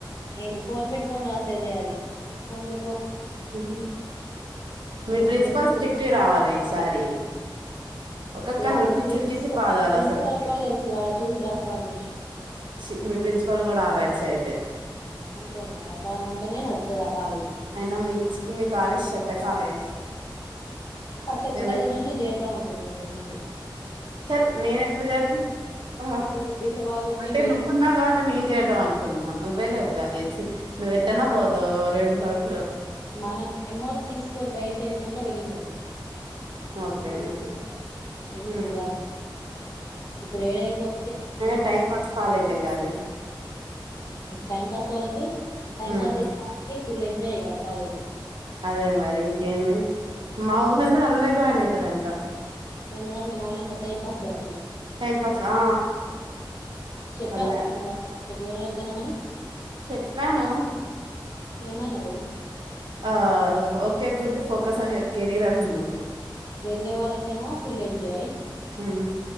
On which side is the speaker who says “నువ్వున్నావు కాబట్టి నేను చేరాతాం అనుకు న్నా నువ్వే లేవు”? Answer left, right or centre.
Right